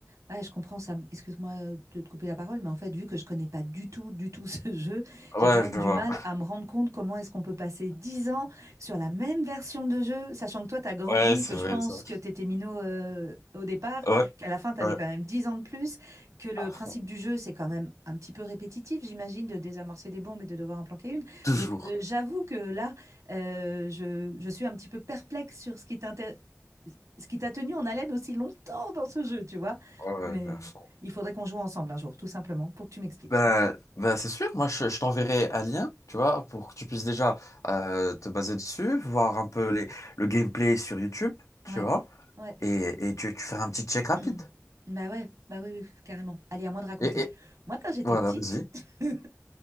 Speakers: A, on the right; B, on the left.
A: Ouais, je comprends Sam. Excuse-moi euh, de te couper la parole, mais en fait, vu que je connais pas du tout, du tout <laughs> ce jeu,
B: Ouais,
A: j'ai quand même
B: je
A: du
B: vois.
A: mal à me rendre compte comment est-ce qu'on peut passer 10 ans sur la même version de jeu, sachant que toi, tu as grandi
B: Ouais, c'est
A: et que
B: vrai,
A: je pense
B: c'est vrai.
A: que tu étais minot euh, au départ,
B: Ouais,
A: qu'à la fin, tu
B: ouais.
A: avais quand même 10 ans de plus, que le
B: À
A: principe
B: fond.
A: du jeu, c'est quand même un petit peu répétitif, j'imagine, de désamorcer des bombes et de devoir en planquer une.
B: Toujours.
A: Donc, euh, j'avoue que là, euh, je, je suis un petit peu perplexe sur ce qui t'inté- ce qui t'a tenu en haleine aussi longtemps dans ce jeu, tu vois.
B: Ouais,
A: Mais
B: mais à
A: euh,
B: fond.
A: il faudrait qu'on joue ensemble un jour, tout simplement, pour que tu m'expliques.
B: Bah, bah c'est sûr, moi je, je t'enverrai un lien, tu vois, pour que tu puisses déjà euh, te baser dessus, voir un peu les, le gameplay sur YouTube, tu
A: Ouais,
B: vois,
A: ouais.
B: et, et tu, tu feras un petit check
A: <clears throat>
B: rapide.
A: Bah ouais, bah oui, oui, carrément. Allez, à moi de raconter.
B: Et, et-
A: Moi, quand j'étais
B: voilà,
A: petite,
B: vas-y.
A: <laughs>